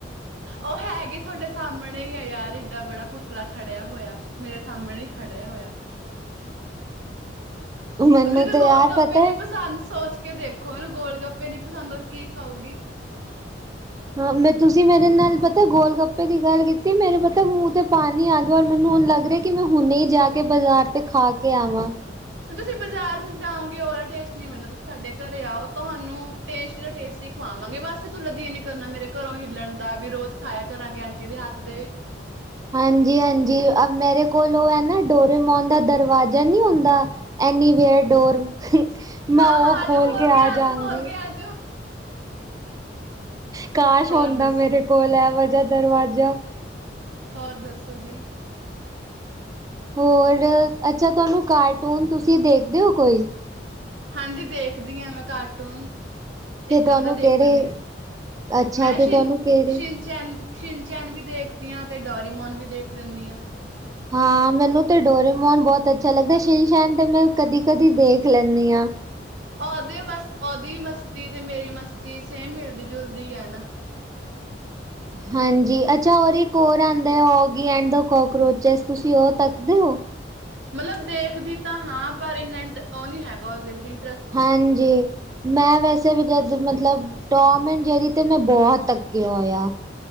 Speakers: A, on the right; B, on the right.
A: ਓ ਹੈਗੀ ਥੋਡੇ ਸਾਹਮਣੇ ਹੀ ਆ ਯਾਰ ਏਡਾ ਬੜਾ ਪੁਤਲਾ ਖੜਿਆ ਹੋਇਆ। ਮੇਰੇ ਸਾਮਣੇ ਈ ਖੜਿਆ ਹੋਇਆ।
B: ਮੈਨੂੰ
A: ਜੀਨੂੰ
B: ਤੇ
A: ਗੋਲਗੱਪੇ
B: ਯਾਰ ਪਤਾ
A: ਦੀ
B: ਹੈ
A: ਪਸੰਦ ਸੋਚ ਕੇ ਦੇਖੋ ਏਨੂੰ ਗੋਲਗੱਪੇ ਨੀ ਪਸੰਦ ਔਰ ਕੀ ਖਾਊਗੀ।
B: ਹਾਂ, ਮੈਂ ਤੁਸੀਂ ਮੇਰੇ ਨਾਲ ਪਤਾ ਗੋਲਗੱਪੇ ਦੀ ਗੱਲ ਕੀਤੀ ਮੈਨੂੰ ਪਤਾ ਮੂੰਹ ਤੇ' ਪਾਣੀ ਆ ਗਿਆ ਔਰ ਮੈਨੂੰ ਲੱਗ ਰਿਹਾ ਕਿ ਮੈਂ ਹੁਣੇ ਹੀ ਜਾ ਕੇ ਬਾਜ਼ਾਰ ਤੇ ਖਾ ਕੇ ਆਵਾਂ।
A: ਤੁਸੀਂ ਬਾਜ਼ਾਰ ਚ ਜਾਓਗੇ ਓਦਾ ਟੇਸਟ ਨੀ ਮਿਲਣਾ ਤੁਸੀਂ ਸਾਡੇ ਘਰੇ ਆਓ ਤੁਹਾਨੂੰ। ਟੇਸਟੀ ਦਾ ਟੇਸਟੀ ਖਵਾਵਾਂਗੇ ਬਸ ਵੀ ਥੋਡਾ ਜੀ ਨੀ ਕਰਨਾ ਮੇਰੇ ਘਰੋਂ ਹਿਲਣ ਦਾ ਵੀ ਰੋਜ਼ ਖਾਇਆ ਕਰਾਂਗੇ ਆਂਟੀ। ਦੇ ਹੱਥ ਦੇ।
B: ਹਾਂਜੀ-ਹਾਂਜੀ ਮੇਰੇ ਕੋਲੋ ਐ ਨਾ ਡੋਰੇ ਮੋਨ ਦਾ ਦਰਵਾਜ਼ਾ ਨਹੀਂ ਹੁੰਦਾ। Anywhere door. ਮੈਂ
A: ਹਾਂ-ਹਾਂ
B: ਓ ਖੋਲ
A: ਆਜੋ
B: ਕੇ ਆ
A: ਆਜੋ
B: ਜਾਗੀ।
A: ਖੋਲ ਕੇ ਆਜੋ
B: ਕਾਸ਼
A: ਹੋਰ
B: ਹੁੰਦਾ
A: ਦੱਸ
B: ਮੇਰੇ ਕੋਲ ਐਹੋ ਜਾ ਦਰਵਾਜਾ।
A: ਹੋਰ ਦੱਸੋ ਜੀ?
B: ਹੋਰ, ਅੱਛਾ ਤੁਹਾਨੂੰ ਕਾਰਟੂਨ ਤੁਸੀਂ ਦੇਖਦੇ ਓ ਕੋਈ?
A: ਹਾਂਜੀ, ਦੇਖਦੀ ਆਂ ਮੈਂ ਕਾਰਟੂਨ।
B: ਤੇ
A: ਇੱਕ
B: ਤੁਹਾਨੂੰ
A: ਅੱਧਾ
B: ਕਿਹੜੇ
A: ਦੇਖ ਲੈਂਣੀ ਆਂ,
B: ਅੱਛਾ
A: ਮੈਂ
B: ਤੇ
A: ਛਿਨ
B: ਤੁਹਾਨੂੰ ਕਿਹੜੇ
A: ਛਿਨਚੈਨ। ਛਿਨਚੈਨ ਵੀ ਦੇਖਦੀ ਆਂ ਤੇ ਡੋਰੀਮੋਨ ਵੀ ਦੇਖ ਲੈਂਣੀ ਆਂ।
B: ਹਾਂ, ਮੈਨੂੰ ਤੇ ਡੋਰੇਮੋਨ ਬੌਤ ਅੱਛਾ ਲੱਗਦੈ ਸਿ਼ਨਸੈ਼ਨ ਤੇ ਮੈਂ ਕਦੀ-ਕਦੀ ਦੇਖ ਲੈਂਣੀ ਆਂ।
A: ਓਦੇ ਬਸ ਓਦੀ ਵੀ ਮਸਤੀ ਤੇ ਮੇਰੀ ਮਸਤੀ ਸੇਮ ਮਿਲਦੀ-ਜੁਲਦੀ ਐ ਨਾ।
B: ਹਾਂਜੀ, ਅੱਛਾ ਔਰ ਇੱਕ ਔਰ ਆਦੈ ਓਗੀ ਐਂਡ ਦਾ ਕੋਕਰੋਚਸ, ਤੁਸੀਂ ਓ ਤੱਕਦੇ ਔ?
A: ਮਤਲਬ ਦੇਖਦੀ ਤਾਂ ਹਾਂ ਪਰ ਇੰਨਾ ਇੰਟ ਓਹ ਨੀ ਹੈਗਾ ਓਸਦੇ ਵੀਨੀ।
B: ਹਾਂਜੀ। ਮੈਂ ਵੈਸੇ ਵੀ ਜਦ ਮਤਲਬ ਟੋਮ ਐੰਡ ਜੈਰੀ ਤੇ ਮੈਂ ਬੌਤ ਤੱਕੇਆ ਹੋਯਾ।